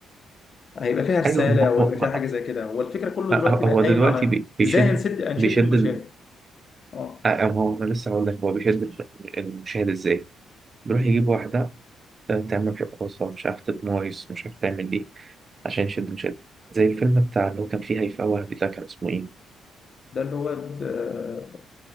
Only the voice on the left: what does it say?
هيبقى فيها رساله
او
هيبقى فيها
حاجه زي كده هو الفكره كله
دلوقتي بقى
قايم
على
ازاي هنسد هنشد
المشاهد
اه
ده اللي هو آه،